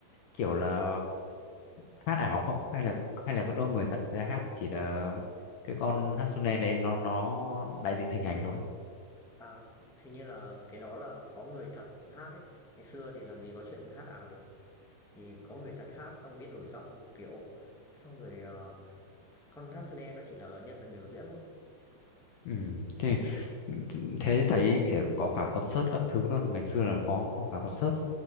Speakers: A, on the left (about 60°); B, in the centre.
A: kiểu là hát ảo không hay là hay là vẫn có người thật ra hát chỉ là cái con Hatsune đấy nó nó đại diện hình ảnh thôi
B: À, thế như là cái đó là có người thật hát ấy. Ngày xưa thì làm gì có chuyện hát ảo được. Thì có người thật hát xong biến đổi giọng đủ kiểu. Xong rồi, ờ, con Hatsune nó chỉ là nhân vật biểu diễn thôi.
A: ừ. thế thế thấy kiểu có cả concert các thứ luôn ngày xưa là có có cả concert